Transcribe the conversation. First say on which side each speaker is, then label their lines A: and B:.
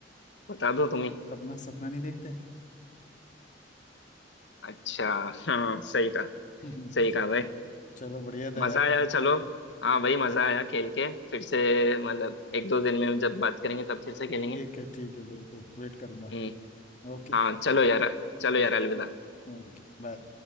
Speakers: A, on the left; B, on the left.
A: बता दो तुम्हें
B: अपना सपना नहीं देखते
A: अच्छा हाँ सही कहा
B: हम्म,
A: सही कहा भाई
B: चलो बढ़िया था
A: मजा
B: यार
A: आया चलो हाँ भाई मजा आया खेल के फिर से मतलब एक दो दिन में जब बात करेंगे तब फिर से खेलेंगे
B: ठीक है ठीक है बिल्कुल वेट करूंगा
A: हम्म
B: ओके
A: हाँ चलो यार चलो यार अलविदा
B: Okay bye